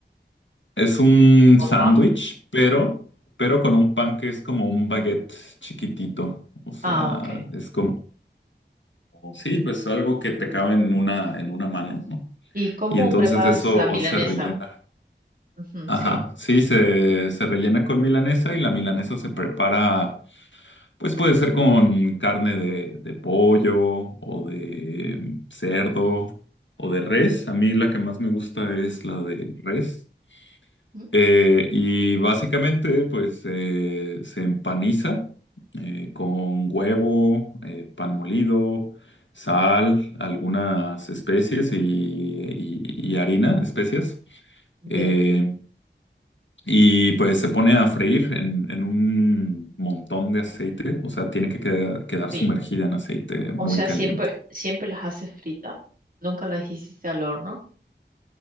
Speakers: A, on the left; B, on the right.
A: Es un
B: con
A: sándwich,
B: pan.
A: pero, pero con un pan que es como un baguette chiquitito. O sea,
B: Ah, ok.
A: es como, sí, pues algo que te cabe en una, en una mano, ¿no?
B: ¿Y cómo
A: Y entonces
B: preparas
A: eso
B: la milanesa?
A: se rellena.
B: Ujú,
A: Ajá,
B: sí.
A: sí, se, se rellena con milanesa y la milanesa se prepara. Pues puede ser con carne de, de pollo o de cerdo o de res. A mí la que más me gusta es la de res.
B: Ujú,
A: Eh, y básicamente pues eh, se empaniza eh, con huevo, eh, pan molido, sal, algunas especies y, y- y harina, especias.
B: Bien.
A: Eh, y pues se pone a freír en, en un montón de aceite, o sea, tiene que queda- quedar
B: Sí.
A: sumergida en aceite muy
B: O sea,
A: caliente.
B: siempre, siempre las haces frita. Nunca las hiciste al horno.